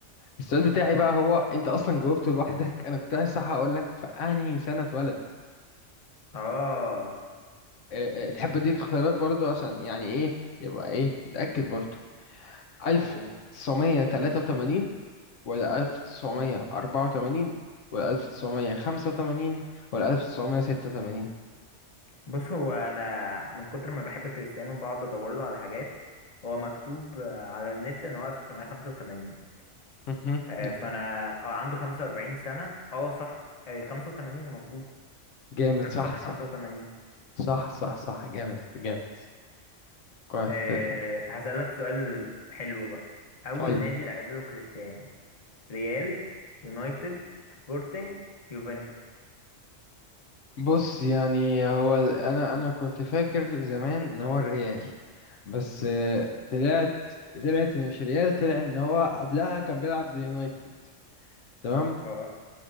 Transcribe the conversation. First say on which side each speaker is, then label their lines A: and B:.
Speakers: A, on the left; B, on the left.
A: السؤال بتاعي بقى هو انت اصلا جاوبته لوحدك <laughs> انا كنت عايز صح اقول لك في انهي سنة اتولد
B: اه
A: أه أه تحب اديك اختيارات برضو عشان يعني ايه يبقى ايه تتأكد برضو 1983
B: طب قول.
A: ولا 1984 ولا 1985 ولا 1986
B: بص هو انا من كتر ما بحب كريستيانو بقعد ادور له على حاجات هو مكتوب آه، على النت ان هو 1985
A: <laughs>
B: آه، فانا اه عنده 45 سنة اه صح آه، 85 مظبوط
A: جامد
B: 1985
A: صح صح صح صح صح جامد جامد كويس
B: آه،
A: تمام.
B: هسألك سؤال حلو بقى اول
A: قول
B: نادي لعب له كريستيانو ريال يونايتد سبورتنج يوفنتوس
A: بص يعني هو ال- انا انا كنت فاكر زمان ان هو الريال بس آه، طلعت طلعت ان مش ريال طلع ان هو قبلها كان بيلعب ليونايتد تمام
B: اه